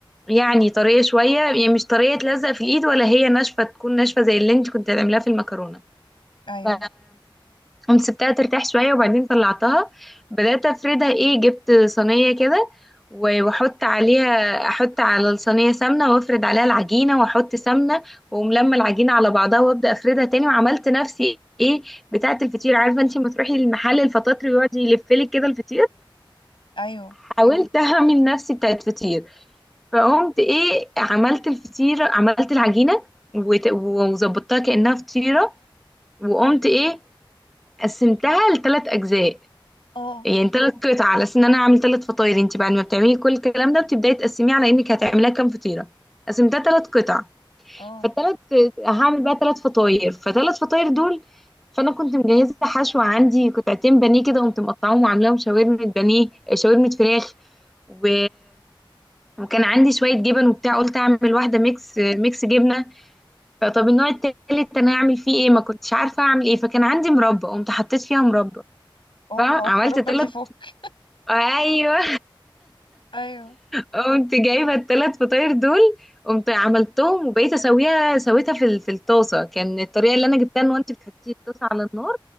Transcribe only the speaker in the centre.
يعني طريه شويه يعني مش طريه تلزق في الايد ولا هي ناشفه تكون ناشفه زي اللي انت كنت هتعمليها في المكرونه
ف قمت سبتها ترتاح شوية وبعدين طلعتها بدأت أفردها إيه جبت صينية كده و- وأحط عليها أحط على الصينية سمنة وأفرد عليها العجينة وأحط سمنة وأقوم لما العجينة على بعضها وأبدأ أفردها تاني وعملت نفسي إيه بتاعة الفطير عارفة أنتي لما تروحي المحل الفطاطري ويقعد يلفلك كده الفطير
حاولت أعمل نفسي بتاعة فطير فقمت إيه عملت الفطير عملت العجينة وت- وظبطتها كأنها فطيرة وقمت إيه قسمتها لثلاث أجزاء
يعني ثلاث قطع على اساس ان انا هعمل ثلاث فطاير انت بعد ما بتعملي كل الكلام ده بتبداي تقسميه على انك هتعمليها كام فطيره قسمتها ثلاث قطع
فالثلاث هعمل بقى ثلاث فطاير فثلاث فطاير دول فانا كنت مجهزه حشوه عندي قطعتين بانيه كده قمت مقطعاهم وعاملاهم شاورما بانيه آه، شاورما فراخ و... وكان عندي شويه جبن وبتاع قلت اعمل واحده ميكس ميكس جبنه فطب النوع التالت انا اعمل فيه ايه ما كنتش عارفه اعمل ايه فكان عندي مربى قمت حطيت فيها مربى
فعملت
ثلاث
ايوه
قمت جايبه الثلاث فطاير دول قمت عملتهم وبقيت اسويها سويتها في ال- في الطاسه كان الطريقه اللي انا جبتها ان انت بتحطي الطاسه على النار